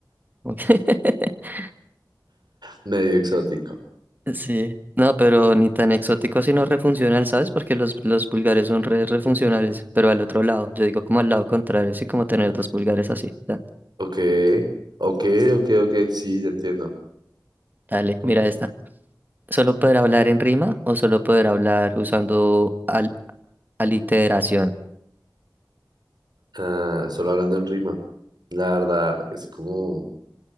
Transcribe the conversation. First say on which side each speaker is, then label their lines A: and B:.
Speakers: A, on the right; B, on the right.
A: Ok. <laughs>
B: Medio exótico.
A: Sí, no, pero ni tan exótico sino refuncional, ¿sabes? Porque los, los pulgares son re refuncionales, pero al otro lado, yo digo como al lado contrario, así como tener dos pulgares así. ya.
B: Ok, ok, ok, ok, sí, ya entiendo.
A: Dale,
B: Co-
A: mira esta. ¿Solo poder hablar en rima o solo poder hablar usando al aliteración?
B: ah, solo hablando en rima, la verdad es como,